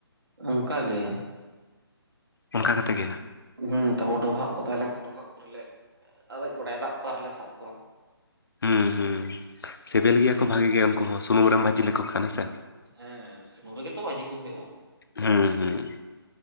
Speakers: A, on the right (about 60°); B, on the left (about 60°).
A: ᱚᱝᱠᱟ ᱜᱮ᱾
B: ᱚᱱᱠᱟ ᱠᱟᱛᱮ ᱜᱮ
A: ᱦᱮᱸ ᱛᱟᱯᱚᱨ ᱰᱚᱵᱷᱟᱜ ᱠᱚ ᱛᱟᱦᱮᱸ ᱞᱮᱱᱠᱷᱟᱱ ᱰᱚᱵᱷᱟᱜ ᱠᱚᱨᱮᱞᱮ ᱟᱨᱮᱡ ᱵᱟᱲᱟᱭᱟ ᱫᱟᱜ ᱠᱚ, ᱟᱨ ᱞᱮ ᱥᱟᱵ ᱠᱚᱣᱟ᱾
B: ᱦᱩᱸ ᱦᱩᱸ ᱥᱤᱵᱤᱞ ᱜᱮᱭᱟ ᱠᱚ ᱵᱷᱟᱜᱤ ᱜᱮ ᱩᱱᱠᱩ ᱦᱚᱸ, ᱥᱩᱱᱩᱢ ᱨᱮᱢ ᱵᱷᱟᱹᱡᱤ ᱞᱮᱠᱚ ᱠᱷᱟᱱ ᱦᱮᱸᱥᱮ᱾
A: ᱦᱮᱸ ᱥᱩᱱᱩᱢ ᱨᱮᱜᱮ ᱛᱚ ᱵᱷᱟᱹᱡᱤ ᱠᱚ ᱦᱳᱭᱳᱜᱼᱟ᱾
B: ᱦᱩᱸ ᱦᱩᱸ